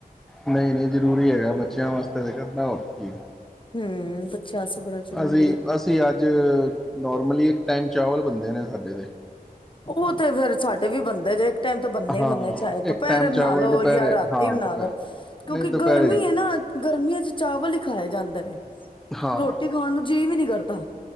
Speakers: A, in the centre; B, on the left.
A: ਨਹੀਂ-ਨਹੀਂ ਜ਼ਰੂਰੀ ਹੈਗਾ ਬੱਚਿਆਂ ਵਾਸਤੇ ਤੇ ਕਰਨਾ ਹੋਰ ਕੀ ਏ
B: ਹੂੰ ਬੱਚਿਆਂ ਵਾਸਤੇ ਬੜਾ ਜ਼ਰੂਰੀ
A: ਅਸੀਂ
B: ਹੈ
A: ਅਸੀਂ ਅੱਜ ਨੋਰਮਲੀ ਇੱਕ ਟਾਈਮ ਚਾਵਲ ਬਣਦੇ ਨੇ ਸਾਡੇ ਤੇ
B: ਉਹ ਤੇ ਫੇਿਰ ਸਾਡੇ ਵੀ ਬਣਦੇ ਜੇ ਟਾਈਮ ਤਾਂ ਬੰਨੇ
A: ਹਾਂ
B: ਬੰਨੇ ਚਾਹੇ ਤੋਂ
A: ਇੱਕ
B: ਦੋਪਹਿਰੇ
A: ਟਾਈਮ
B: ਬਣਾ
A: ਚਾਵਲ
B: ਲਓ
A: ਦੁਪਹਿਰੇ
B: ਯਾ ਰਾਤੀ
A: ਹਾਂ
B: ਬਣਾ
A: ਦੁਪਹਿਰੇ
B: ਲਓ ਕਿਉਂਕਿ
A: ਨਹੀਂ ਦੁਪਹਿਰੇ
B: ਗਰਮੀ ਏ ਨਾ ਗਰਮੀਆਂ ਚ ਚਾਵਲ ਹੀ ਖਾਏ ਜਾਂਦੇ ਨੇ
A: ਹਾਂ
B: ਰੋਟੀ ਖਾਣ ਨੂੰ ਜੀ ਵੀ ਨੀ ਕਰਤਾ